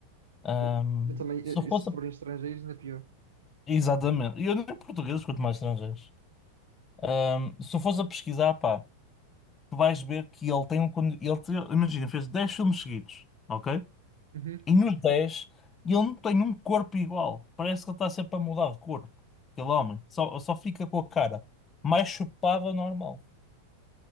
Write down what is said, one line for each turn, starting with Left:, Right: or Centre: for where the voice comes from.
Left: Ahm,
Right: Eu, eu também, eh,
Left: se eu fosse.
Right: e se
Left: a-
Right: forem estrangeiros, ainda pior.
Left: Exatamente. E eu nem português, quanto mais estrangeiros. Ahm, se eu fosse a pesquisar, pá, tu vais ver que ele tem um. condi- Ele, te- imagina, fez 10 filmes seguidos, ok?
Right: Uhum.
Left: E nos 10, ele não tem um corpo igual. Parece que ele está sempre a mudar de corpo. Aquele homem. Só, só fica com a cara mais chupada normal.